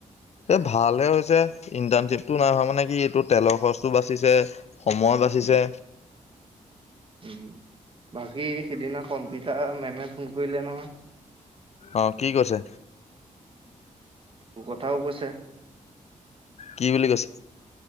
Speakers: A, on the left (about 55°); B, on the right (about 40°).
A: এই ভালহে হৈছে ইন্টাৰন টো নাই হোৱা মানে কি এইটো তেলৰ খৰচটো বাচিছে, সময় বাচিছে।
B: উম, বাকী সিদিনা কম্পিটাৰ মেমে ফোন কৰিলে নহয়।
A: অ' কি কৈছে?
B: তোৰ কথাও কৈছে।
A: কি বুলি কৈছে?